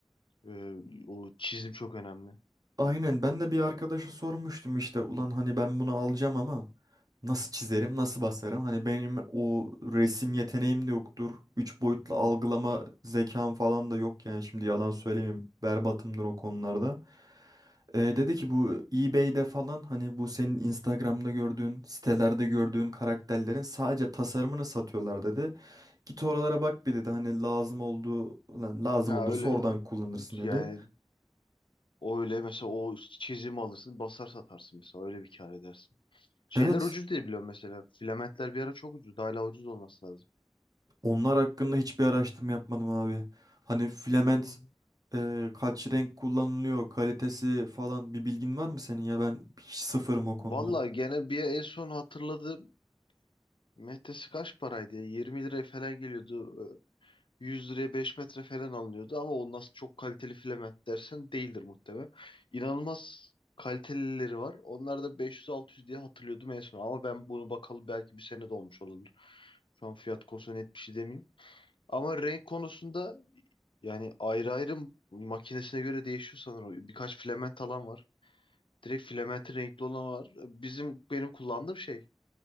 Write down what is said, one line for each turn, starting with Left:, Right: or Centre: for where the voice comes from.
Left: Ee, o çizim çok önemli.
Right: Aynen ben de bir arkadaşa sormuştum işte ulan hani ben bunu alacağım ama nasıl çizerim nasıl basarım hani benim o resim yeteneğim de yoktur. Üç boyutlu algılama zekam falan da yok yani şimdi yalan söylemeyeyim berbatımdır o konularda. Ee, dedi ki bu eBay'de falan hani bu senin Instagram'da gördüğün sitelerde gördüğün karakterlerin sadece tasarımını satıyorlar dedi. Git oralara bak bir dedi hani lazım olduğu lan lazım
Left: Ha
Right: olursa
Left: öyle
Right: oradan
Left: ha-
Right: kullanırsın dedi.
Left: yani o öyle mesela o çizimi alırsın basar satarsın mesela öyle bir kar edersin. Şeyler
Right: Evet
Left: ucuz diye biliyorum mesela. Filamentler bir ara çok ucuz. Hala ucuz olması lazım.
Right: Onlar hakkında hiçbir araştırma yapmadım abi. Hani filament
Left: Hı.
Right: e, kaç renk kullanılıyor, kalitesi falan bir bilgin var mı senin ya? Ben hiç sıfırım o konuda.
Left: Vallahi gene bir en son hatırladığım Metresi kaç paraydı ya? 20 liraya falan geliyordu. Ee, 100 liraya 5 metre falan alınıyordu ama o nasıl çok kaliteli filament dersen değildir muhtemelen. İnanılmaz kalitelileri var. Onlar da 500-600 diye hatırlıyordum en son. Ama ben bunu bakalı belki bir sene de olmuş olabilir. Şu an fiyat konusunda net bir şey demeyeyim. Ama renk konusunda yani ayrı ayrı makinesine göre değişiyor sanırım. Birkaç filament alan var. Direkt filamenti renkli olan var. Bizim benim kullandığım şey